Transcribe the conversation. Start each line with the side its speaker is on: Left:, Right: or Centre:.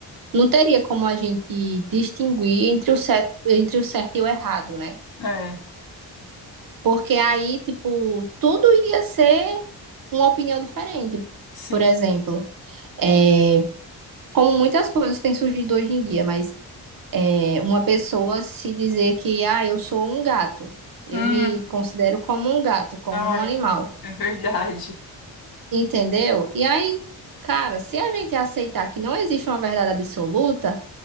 Right: Não teria como a gente distinguir entre o certo, entre o certo e o errado, né?
Left: é,
Right: Porque aí, tipo, tudo ia ser uma opinião diferente.
Left: sim.
Right: Por exemplo, é, como muitas coisas têm surgido hoje em dia, mas é, uma pessoa se dizer que, ah, eu sou um gato, eu
Left: Hum,
Right: me considero como um gato, como
Left: ai,
Right: um animal,
Left: é verdade,
Right: entendeu? E aí, cara, se a gente aceitar que não existe uma verdade absoluta,